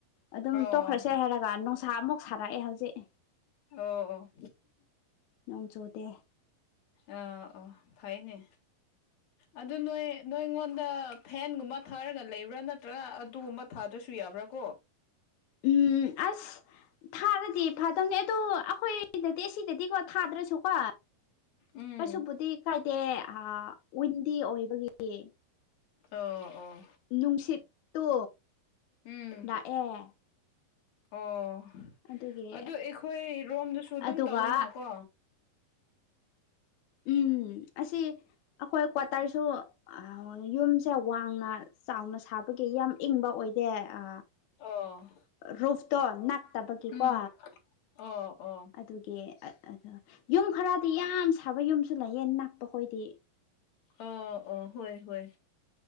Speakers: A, on the left; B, on the left.
A: ꯑꯗꯨꯝ
B: ꯑꯣ
A: ꯇꯣꯛꯈ꯭ꯔꯁꯦ ꯍꯥꯏꯔꯒ ꯅꯨꯡꯁꯥ ꯑꯃꯨꯛ ꯁꯥꯔꯛꯑꯦ ꯍꯧꯖꯤꯛ
B: ꯑꯣ ꯑꯣ
A: ꯅꯣꯡ ꯆꯨꯗꯦ
B: ꯑꯥ ꯑꯣ ꯐꯩꯅꯦ ꯑꯗꯨ ꯅꯣꯏ ꯅꯣꯏꯉꯣꯟꯗ ꯐꯦꯟꯒꯨꯝꯕ ꯊꯥꯔꯒ ꯂꯩꯕ꯭ꯔꯥ ꯅꯠꯇ꯭ꯔꯒ ꯑꯗꯨꯒꯨꯝꯕ ꯊꯥꯗ꯭ꯔꯁꯨ ꯌꯥꯕ꯭ꯔꯥ ꯀꯣ
A: ꯎꯝ ꯑꯁ ꯊꯥꯔꯗꯤ ꯐꯗꯧꯅꯦ ꯑꯗꯨ ꯑꯈꯣꯏꯗꯗꯤ ꯑꯁꯤꯗꯗꯤꯀꯣ ꯊꯥꯗ꯭ꯔꯁꯨ ꯄꯥ
B: ꯎꯝ
A: ꯀꯩꯁꯨꯕꯨꯗꯤ ꯀꯥꯏꯗꯦ ꯑꯥ ꯋꯤꯟꯗꯤ ꯑꯣꯏꯕꯒꯤꯗꯤ
B: ꯑꯣ ꯑꯣ
A: ꯅꯨꯡꯁꯤꯠꯇꯨ
B: ꯎꯝ
A: ꯂꯥꯑꯦ
B: ꯑꯣ
A: ꯑꯗꯨꯒꯤ
B: ꯑꯗꯨ ꯑꯦꯈꯣꯏ ꯔꯣꯝꯗꯁꯨ ꯑꯗꯨꯝ
A: ꯑꯗꯨꯒ
B: ꯇꯧꯋꯦꯅꯀꯣ
A: ꯎꯝ ꯑꯁꯤ ꯑꯈꯣꯏ ꯀ꯭ꯋꯥꯇꯔꯁꯨ ꯑ ꯌꯨꯝꯁꯦ ꯋꯥꯡꯅ ꯆꯥꯎꯅ ꯁꯥꯕꯒꯤ ꯌꯥꯝ ꯏꯪꯕ ꯑꯣꯏꯗꯦ ꯑ
B: ꯑꯣ
A: ꯔꯨꯐꯇꯣ ꯅꯛꯇꯕꯒꯤꯀꯣ
B: ꯎꯝ ꯑꯣ ꯑꯣ
A: ꯑꯗꯨꯒꯤ ꯑꯠ ꯑꯗ ꯑꯗ ꯌꯨꯝ ꯈꯔꯗꯤ ꯌꯥꯝ ꯁꯥꯕ ꯌꯨꯝꯁꯨ ꯂꯩꯌꯦ ꯅꯛꯄ ꯈꯣꯏꯗꯤ
B: ꯑꯣ ꯑꯣ ꯍꯣꯏ ꯍꯣꯏ